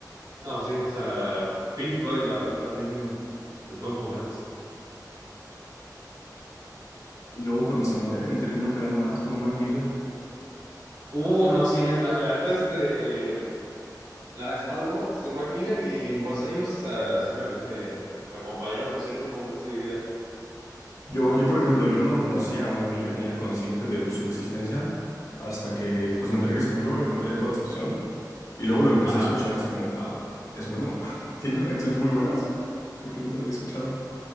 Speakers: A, on the right; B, on the left.
A: no, pues sí, o sea, Pink Floyd, la verdad, también me quedo con ganas.
B: Luego cuando se mueren terminan pegando más como Mac Miller.
A: Uh, no, sí, la, la neta, este, la de Small Worlds de Mac Miller y Was I Us, ah, sí me, me acompañaron en ciertos momentos de mi vida.
B: Yo, yo, por ejemplo, yo no conocía a Mac Miller ni era consciente de su existencia hasta que pues me enteré que se murió y me enteré de toda la situación. Y luego lo empecé
A: Ajá.
B: a escuchar y es como, wow, es bueno, <laughs> tiene canciones muy buenas. ¿Por qué nunca lo había escuchado?